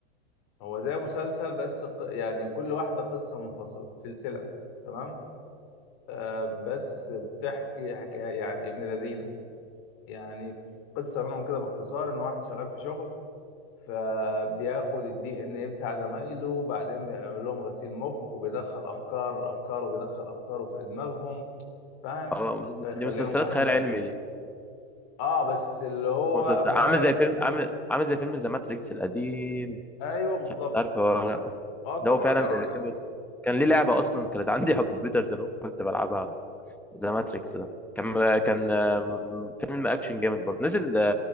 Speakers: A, on the left; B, in the centre.
A: هو زي مسلسل بس ق- يعني كل واحدة قصة منفصلة سلسلة تمام آه، بس بتحكي حكاية يعني ابن لذينة يعني في قصة منهم كده باختصار ان واحد شغال في شغل فبياخد الدي ان ايه بتاع زمايله وبعدين بيعمل لهم غسيل مخ وبيدخل افكار افكاره بيدخل افكاره في دماغهم فاهم
B: اه مسلسل-
A: فيخليهم
B: دي مسلسلات
A: هم
B: خيال
A: ي-
B: علمي دي
A: اه بس اللي هو
B: مسلسل
A: مرعب
B: عامل زي فيلم عامل عامل زي فيلم ذا ماتريكس القديم
A: ايوه بالظبط
B: عارفه
A: اه طبعا
B: ده هو فعلا
A: يا راجل
B: بيركبه كان ليه لعبه اصلا كانت عندي على الكمبيوتر زمان كنت بلعبها ذا ماتريكس ده كان كان آم، فيلم اكشن جامد برضه نزل